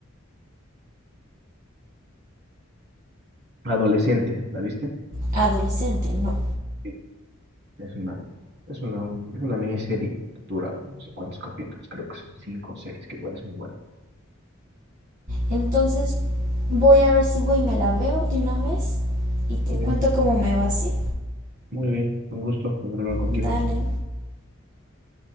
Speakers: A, on the right (about 60°); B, on the right (about 40°).
A: Adolescente, ¿la viste?
B: Adolescente, no.
A: Sí. Es una, es una, es una miniserie que dura no sé cuántos capítulos, creo que son cinco o seis, que igual es muy bueno.
B: Entonces voy a ver si voy y me la veo de una vez y te
A: Muy
B: cuento
A: bien,
B: cómo me va, ¿sí?
A: muy bien, un gusto hablar contigo.
B: Dale,